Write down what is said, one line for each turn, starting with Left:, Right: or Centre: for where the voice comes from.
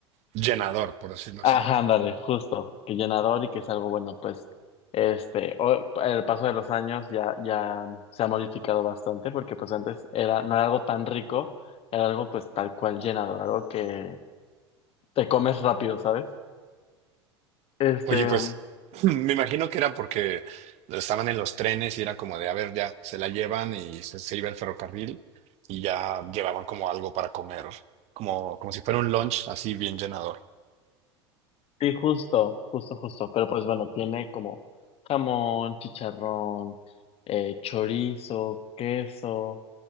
Right: Llenador, por decirlo así.
Left: Ajá, ándale, justo, que llenador y que es algo bueno, pues, este, o- el paso de los años ya, ya se ha modificado bastante, porque pues antes era, no era algo tan rico, era algo pues tal cual llenador, algo que te comes rápido, ¿sabes? Este,
Right: Oye, pues
Left: um,
Right: <clears throat> me imagino que era porque estaban en los trenes y era como de, a ver, ya se la llevan y se, se iba el ferrocarril y ya llevaban como algo para comer, como, como si fuera un lunch así bien llenador.
Left: sí, justo, justo, justo, pero pues bueno, tiene como jamón, chicharrón, eh, chorizo, queso,